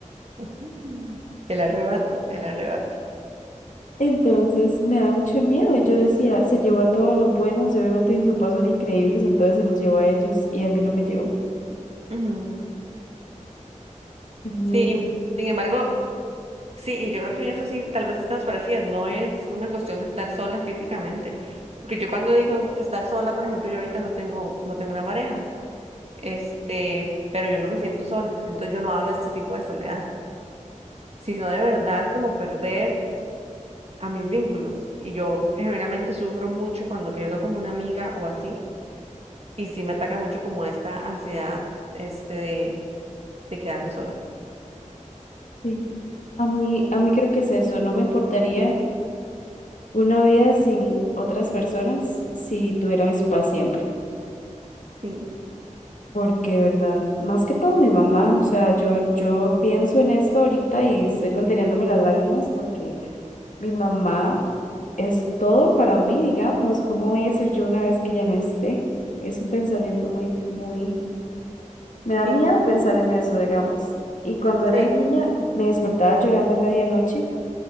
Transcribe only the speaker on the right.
Mm. El arrebato, el arrebato.
Ujú.
Sí, sin embargo, sí, y yo creo que en eso sí, tal vez estamos parecidas, no es una cuestión de estar sola físicamente, porque yo cuando digo estar sola, por ejemplo, yo ahorita no tengo, no tengo una pareja, este, pero yo no me siento sola, entonces yo no hablo de este tipo de soledad, sino de verdad como perder a mis vínculos. Y yo genuinamente sufro mucho cuando pierdo como una amiga o así. Y sí me ataca mucho como esta ansiedad este de, de quedarme sola.
Sí,
sí.
Sí,